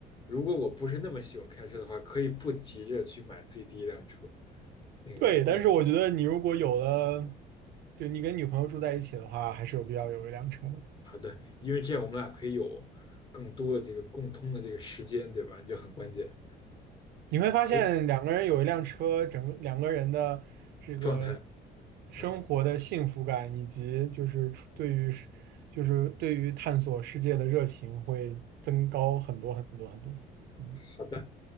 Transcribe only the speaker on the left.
如果我不是那么喜欢开车的话，可以不急着去买自己第一辆车。那个那个，
好的，因为这样我们俩可以有更多的这个共通的这个时间，对吧？你就很关键，
可以
状态。
嗯，
好的。